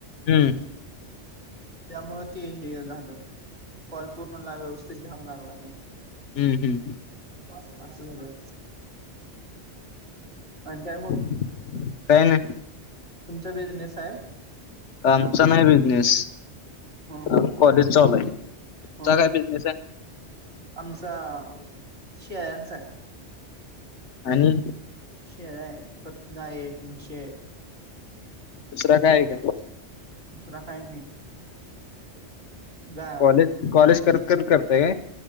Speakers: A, on the left (about 80°); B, on the right (about 55°).
A: हम्म
B: त्यामुळं ते हे झालं काॅल पूर्णला व्यवस्थित झाला लागला नाही
A: हम्म हम्म हम्म
B: अस झाल होय आणि काय मग
A: काय नाही
B: तुमचा बिझनेस हाय?
A: आमचा नाही बिझनेस
B: हो हो
A: अजून कॉलेज चालू हाय तूमचा
B: हो
A: काय
B: हो
A: बिझनेस हाय?
B: आमचा शेळ्यांचा हाय
A: आणि
B: शेळ्या हाईत परत गाई आहेत म्हशी हाईत
A: दुसर काय हाय काय?
B: दुसरा काही नाही गा
A: कॉलेज कॉलेज करत करत करताय काय?